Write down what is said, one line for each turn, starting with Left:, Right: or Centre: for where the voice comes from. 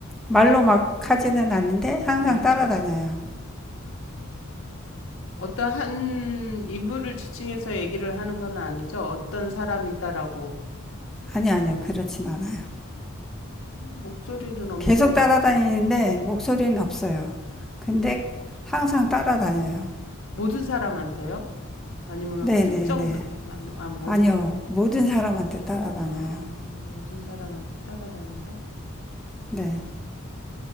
Centre: 말로 막 하지는 않는데
Left: 네.
Centre: 항상 따라다녀요.
Left: 어떤 한 인물을 지칭해서 얘기를 하는 건 아니죠. 어떤 사람이다라고.
Centre: 아니, 아니요. 그렇진 않아요.
Left: 목소리는 없는데.
Centre: 계속 따라다니는데 목소리는 없어요. 근데 항상 따라다녀요.
Left: 모든 사람한테요? 아니면
Centre: 네네네.
Left: 그 특정, 사, 아니, 아, 모든
Centre: 아니요.
Left: 사,
Centre: 모든 사람한테 따라다녀요.
Left: 아, 모든 사람한테 따라다닌다?
Centre: 네.